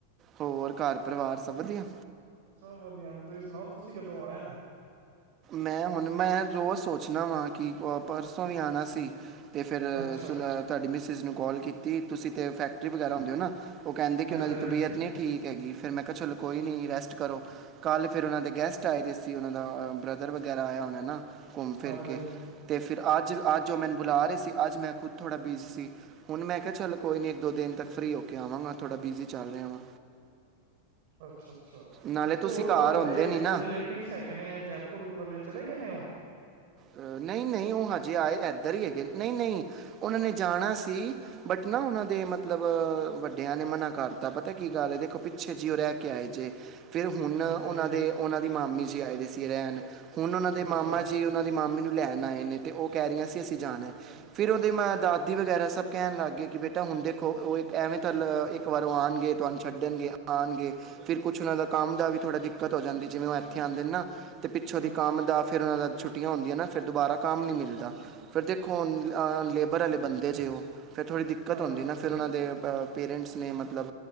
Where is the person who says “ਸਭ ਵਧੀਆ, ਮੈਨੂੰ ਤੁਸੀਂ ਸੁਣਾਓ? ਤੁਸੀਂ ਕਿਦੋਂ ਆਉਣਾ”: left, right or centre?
Right